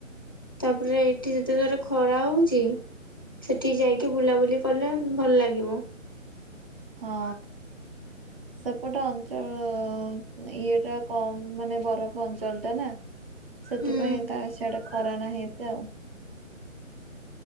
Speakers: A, on the left; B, on the right.
A: ତାପରେ ଏଇଠି ଯେତେଥର ଖରା ହଉଛି ସେଠିକି ଯାଇକି ବୁଲାବୁଲି କଲେ ଭଲ ଲାଗିବ।
B: ହଁ ସେପଟେ ଅଞ୍ଚଳ ଇଏଟା କମ୍ ମାନେ ବରଫ ଅଞ୍ଚଳ ଟା ନା ସେଥିପାଇଁ
A: ହୁଁ।
B: ତା ସେଆଟେ ଖରା ନାହିଁ ଏତେ ଆଉ।